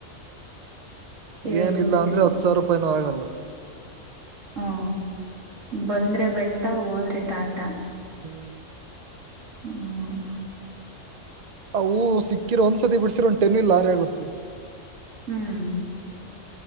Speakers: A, on the right; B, on the right.
A: ಹೇನು
B: ಏನಿಲ್ಲ
A: ಬಿಡ್ರಿ.
B: ಅಂದ್ರೆ ಹತ್ ಸಾವಿರ ರೂಪಾಯಿನೂ ಆಗಲ್ಲ
A: ಹ ಬಂದ್ರೆ ಬೆಟ್ಟ ಹೋದ್ರೆ ಟಾಟ.
B: ಹ್ಮ್
A: ಹ್ಮ್
B: ಆ ಹೂ ಸಿಕ್ಕಿರೋ ಒಂದ್ಸತಿ ಬಿಡ್ಸಿರೋ ಒಂದ ಟೆನ್ಲ್ ಲಾರಿ ಆಗತ್ತೀ.
A: ಹ್ಮ್